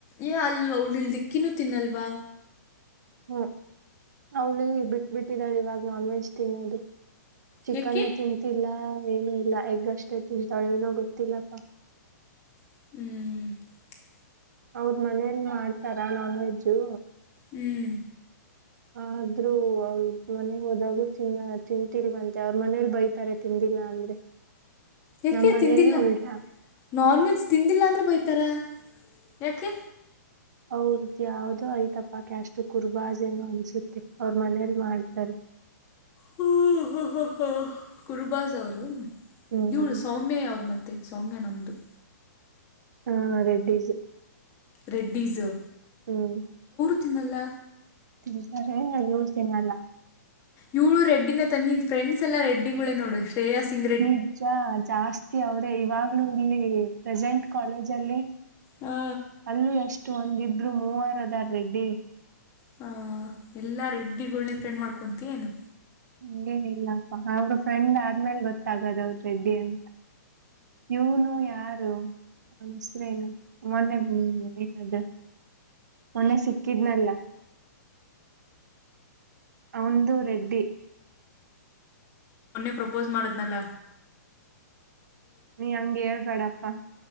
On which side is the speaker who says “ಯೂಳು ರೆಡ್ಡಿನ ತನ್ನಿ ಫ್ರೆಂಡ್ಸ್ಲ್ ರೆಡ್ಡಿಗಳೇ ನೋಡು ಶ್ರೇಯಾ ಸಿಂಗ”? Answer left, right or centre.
Left